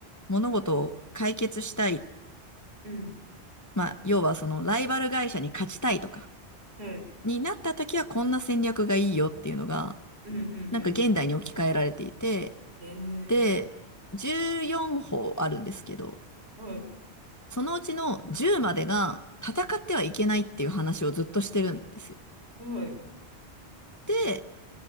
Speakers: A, on the left; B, on the right.
A: 物事を解決したい。
B: うん。
A: まあ要はそのライバル会社に勝ちたいとか
B: はい。
A: になった時はこんな戦略がいいよっていうのが
B: うんうんうん。
A: なんか現代に置き換えられていて、
B: ええ
A: で、14法あるんですけど、
B: ーはい。
A: そのうちの10までが戦ってはいけないっていう話をずっとしてるんですよ。
B: はい。
A: で、